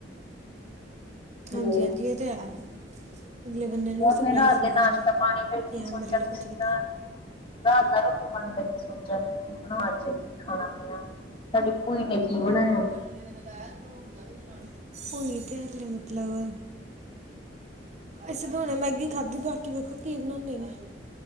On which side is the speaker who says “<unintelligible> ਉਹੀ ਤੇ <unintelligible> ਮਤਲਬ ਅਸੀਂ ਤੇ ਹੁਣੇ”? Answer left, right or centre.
Right